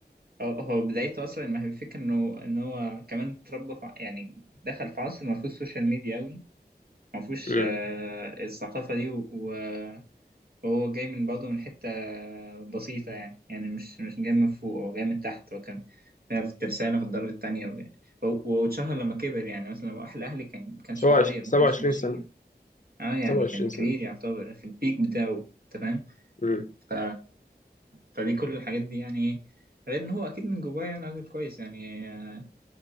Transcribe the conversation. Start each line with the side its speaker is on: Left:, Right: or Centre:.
Right: هو هو بدايته اصلا ما هي الفكره انه ان هو كمان اتربى في ع- يعني دخل في عصر ما فيهوش سوشيال ميديا قوي ما فيهوش
Left: امم
Right: آه، الثقافه دي و- و- وهو جاي من برضه من حته بسيطه يعني يعني مش مش جاي من فوق هو جاي من تحت هو كان في الترسانه في الدرجه الثانيه واتشهر لما كبر يعني مثلا لما راح الاهلي كان ما كانش
Left: سبعة
Right: صغير
Left: وعش- 27
Right: ما كانش ماشيين
Left: سنة
Right: اه يعني
Left: 27
Right: كان كبير
Left: سنة
Right: يعتبر في البيك بتاعه تمام
Left: امم
Right: ف... فدي كل الحاجات دي يعني غير ان هو اكيد من جواه يعني راجل كويس يعني آه،